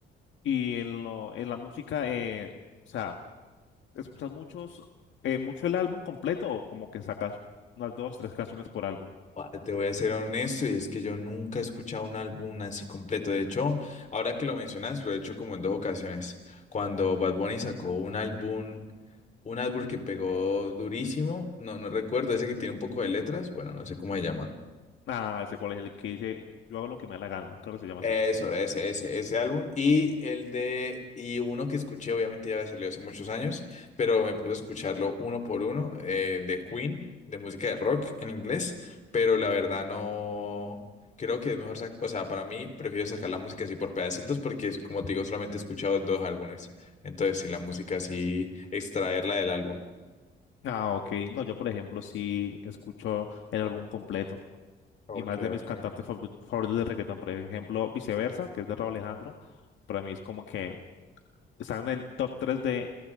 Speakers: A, on the left; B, on the left.
A: y en, lo- en la música, eh, o sea, ¿escuchas muchos, eh, mucho el álbum completo o como que sacas unas dos, tres canciones por álbum?
B: Guau, Te voy a ser honesto y es que yo nunca he escuchado un álbum así completo. De hecho, ahora que lo mencionas, lo he hecho como en dos ocasiones. Cuando Bad Bunny sacó un álbum, un álbum que pegó durísimo, no, no recuerdo, ese que tiene un poco de letras, bueno, no sé cómo se llama.
A: Ah, sé cuál es el que dice, yo hago lo que me da la gana, creo que se llama
B: Eso,
A: así.
B: ese, ese, ese álbum. Y el de, y uno que escuché, obviamente ya había salido hace muchos años, pero me puse a escucharlo uno por uno, eh, de Queen, de música de rock en inglés, pero la verdad no, creo que es mejor, sac- o sea, para mí prefiero sacar la música así por pedacitos porque, como te digo, solamente he escuchado dos álbumes. Entonces, si la música así, extraerla del álbum.
A: Ah, ok. No, yo por ejemplo sí escucho el álbum completo
B: Ok,
A: y más
B: ok.
A: de mis cantantes favor- favoritos de reggaetón, por ejemplo, Viceversa, que es de Rauw Alejandro, para mí es como que están en el top 3 de